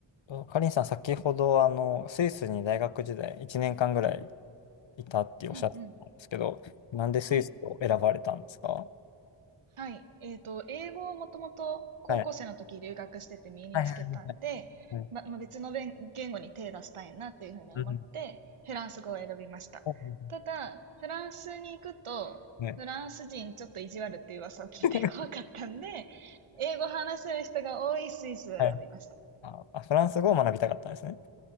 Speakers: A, on the left; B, on the right.
A: とかりんさん、先ほど、あの、スイスに大学時代1年間ぐらいいたっておっしゃってたんですけど、
B: うんうん。
A: なんでスイスを選ばれたんですか
B: はい。はい。えっと、英語をもともと高校生の時留学してて身につけたんで、
A: はい。はいはいはい。
B: ま、まあ別の言言語に手出したいなっていうふうに思って、
A: うん
B: フランス語を選びました。
A: うん
B: ただ、フランスに行くと、
A: ね
B: フランス人ちょっと意地悪っていう噂を聞いて怖かったんで、
A: <laughs>
B: 英語話せる人が多いスイスを選びました。
A: はい。あ、あフランス語を学びたかったんですね。